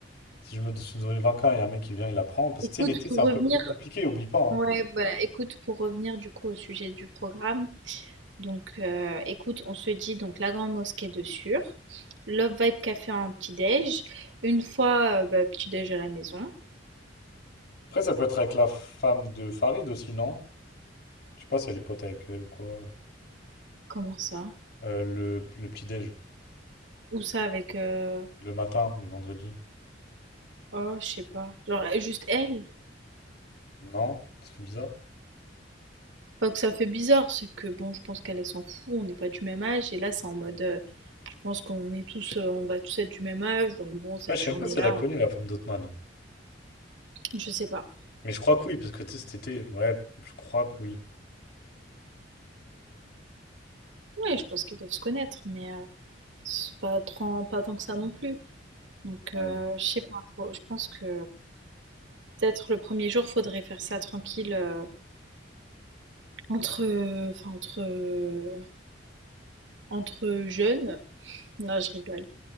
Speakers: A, on the left (about 60°); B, on the right (about 80°).
A: Si je me suis donné 20K et un mec qui vient, il la prend. Parce
B: écoute,
A: que tu sais, l'été,
B: pour
A: c'est un
B: revenir
A: peu plus compliqué, oublie pas. hein.
B: Ouais, bah, écoute, pour revenir du coup au sujet du programme, donc euh, écoute, on se dit donc la Grande Mosquée de Sûr, Love Vibe Café en petit-déj, une fois euh, bah, petit-déj à la maison.
A: Après, ça peut être avec la femme de Farid aussi, non? Je sais pas si elle est pote avec elle ou quoi.
B: Comment ça?
A: Euh, le, le petit-déj,
B: Ou ça avec euh,
A: le matin, le vendredi.
B: oh, je sais pas. Genre euh, juste elle.
A: Non? Ça fait bizarre.
B: Pas que ça fait bizarre, c'est que bon, je pense qu'elle elle s'en fout, on n'est pas du même âge et là c'est en mode euh, je pense qu'on est tous euh, on va tous être du même âge, donc bon, cette
A: Ouais, je sais
B: journée-là,
A: même pas si elle la connaît, la femme d'Othman. hein.
B: on- je sais pas.
A: Mais je crois que oui, parce que tu sais, cet été, ouais, je crois que oui.
B: Ouais, je pense qu'ils doivent se connaître, mais euh, c'est pas trop, pas tant que ça non plus. Donc,
A: Ouais,
B: euh, je sais pas, faut- je pense que peut-être le premier jour, faudrait faire ça tranquille euh, entre, euh, enfin, entre, euh, entre jeunes. Non, je rigole.